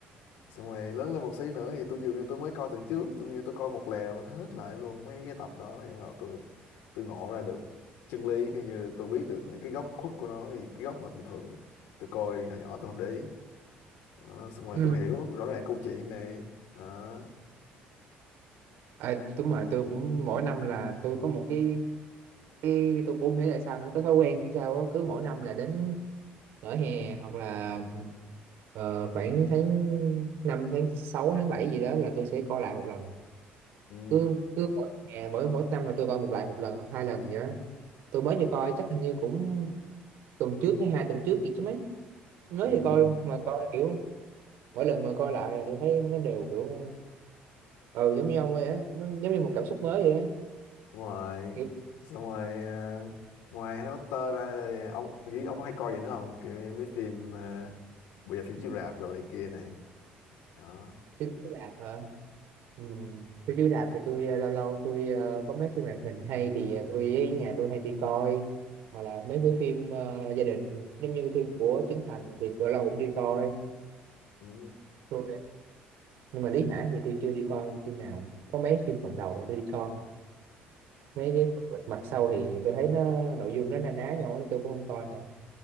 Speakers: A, on the left; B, on the right.
A: xong rồi lớn lên một xí nữa thì tôi dường như tôi mới coi tuần trước tôi như tôi coi một lèo hết lại luôn mấy cái tập đó thì bắt tôi tôi ngộ ra được chân lý kiểu như tôi biết được những cái góc khuất của nó thì cái góc mà bình thường tôi coi hồi nhỏ tôi không để ý đó, xong rồi
B: ừ.
A: tôi hiểu rõ ràng câu chuyện này đó.
B: à, đúng rồi tôi cũng mỗi năm là tôi có một cái cái tôi cũng không hiểu tại sao nữa cái thói quen hay sao á, cứ mỗi năm là đến nửa hè hoặc là ờ, khoảng tháng 5 tháng 6 tháng 7 gì đó là tôi sẽ coi lại một lần
A: Ừ,
B: cứ cứ mỗi hè mỗi mỗi năm là tôi coi một lại một lần hoặc hai lần gì đó tôi mới vừa coi chắc hình như cũng tuần trước hay hai tuần trước gì chứ mấy mới
A: ừ.
B: vừa coi luôn mà coi kiểu mỗi lần mà coi lại là tôi thấy nó đều kiểu ừ giống như ông ấy á giống như một cảm xúc mới
A: Đúng rồi
B: kiểu
A: xong rồi à, ngoài Harry Potter ra thì ông nghĩ ông có hay coi gì nữa không kiểu như mấy phim à, bây giờ phim chiếu rạp đồ này kia này đó
B: phim chiếu rạp hả ừ. phim chiếu rạp thì tôi ờ, lâu lâu tôi ờ, có mấy phim hoạt hình hay thì ờ, tôi với nhà tôi hay đi coi hoặc là mấy cái phim ờ, gia đình giống như cái phim của Trấn Thành thì tôi lâu cũng đi coi
A: ừ.
B: tôi nhưng mà Lý Hải thì tôi chưa đi coi phim nào có mấy phim phần đầu thì tôi đi coi mấy cái phần mặt sau thì tôi thấy nó nội dung nó na ná nhau ấy, tôi cũng không coi nữa